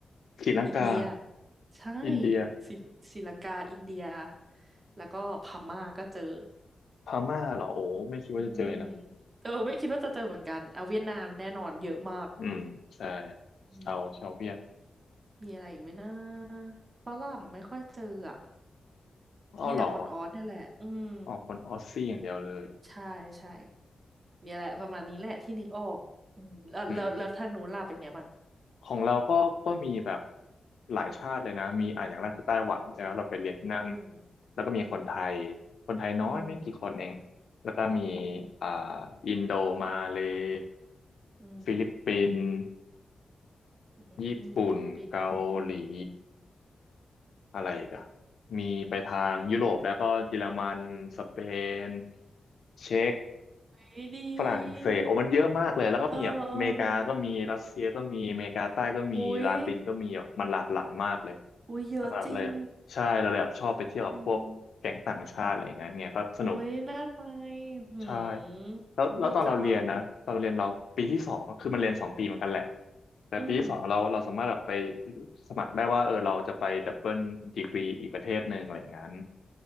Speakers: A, on the left (about 70°); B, on the right (about 35°).
A: ศรีลังกา
B: อินเดียใช่
A: อินเดีย
B: ศรีศรีลังกาอินเดียแล้วก็พม่าก็เจอ
A: พม่าเหรอโอ้ไม่คิดว่าจะเจอนะ
B: อืมเออไม่คิดว่าจะเจอเหมือนกันเอาเวียดนามแน่นอนเยอะมาก
A: อืมใช่
B: อืม
A: ชาวชาวเวียด
B: มีอะไรอีกไหมนะฝรั่งไม่ค่อยเจออ่ะ
A: อ้อเหรอ
B: มีแต่คนออสนั่นแหละอืม
A: อ๋อคนออสซี่อย่างเดียวเลย
B: ใช่ใช่เนี่ยแหละประมาณนี้แหละที่นึกออกอืมแล้วแล้วแล้วทางนู้นล่ะเป็นไงบ้าง
A: อืม ของเราก็ก็มีแบบหลายชาติเลยนะมีอ่ะอย่างแรกคือไต้หวันใช่ไหมเราไปเรียนที่นั่น
B: อืม
A: แล้วก็มีคนไทยคนไทยน้อยไม่กี่คนเอง
B: อืม
A: แล้วก็มี
B: อืม
A: อ่าอินโดมาเลย์
B: อืม
A: ฟิลิปปินส์
B: อืมฟิลิปปินส์อืม
A: ญี่ปุ่นเกาหลี อะไรอีกันมีไปทางยุโรปแล้วก็เยอรมันสเปนเช็ก
B: ดีดี
A: ฝรั่งเศสโอ้มันเยอะมากเลยแล้วก็มีแบบอเมริกาก็มีรัสเซียก็มีอเมริกาใต้ก็มีลาตินก็มีแบบมันหลากหลายมากเลย
B: เออเอออุ้ยอุ้ยเยอะจริง
A: นะครับเลยแบบใช่เราเลยแบบชอบไปเที่ยวกับพวกแก๊งต่างชาติอะไรอย่างเงี้ยเนี่ยก็สนุก
B: อืมอุ้ยน่าไปหืม
A: ใช่แล้วแล้วตอนเราเรียนนะตอนเราเรียนเราปีที่สองคือมันเรียนสองปีเหมือนกันแหละ
B: ดีจัง
A: แต่ปีที่สองเราเราสามารถแบบไป
B: อืม
A: สมัครได้ว่าเออเราจะไปดับเบิลดีกรีอีกประเทศหนึ่งอะไรอย่างนั้น